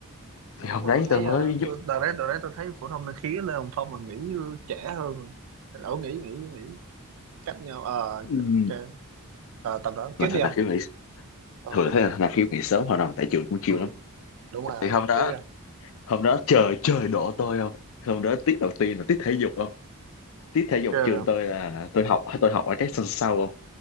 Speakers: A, on the left; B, on the right.
A: thì
B: Ờ,
A: hôm
B: đúng rồi
A: đấy
B: tôi thấy
A: tôi mới
B: ờ, tôi
A: giúp
B: đợt đấy đợt đấy tôi thấy phổ thông năng khí Lê Hồng Phong là nghĩ trẻ hơn rồi ổng nghĩ nghĩ nghĩ cách nhau ờ
A: ừ.
B: ok Ờ, tầm đó
A: mà
B: tiếp đi
A: thật là
B: không
A: khiếu nghĩ
B: ờ
A: thường thấy là là khi ngày sớm hội đồng tại trường cũng chiều
B: ừ
A: lắm
B: đúng rồi
A: thì
B: không
A: hôm đó
B: tiếp đi không
A: hôm đó trời trời đổ tôi không hôm đó tiết đầu tiên là tiết thể dục không tiết thể dục
B: Tiếp rồi
A: trường
B: không?
A: tôi là tôi học tôi học ở cái sân sau không